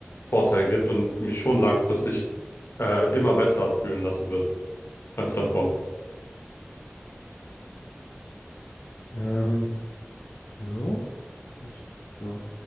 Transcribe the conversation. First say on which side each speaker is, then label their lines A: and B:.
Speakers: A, on the left; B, on the left.
A: Vorteil gibt und mich schon langfristig äh, immer besser fühlen lassen wird als davor.
B: Ähm, ja, das, ja.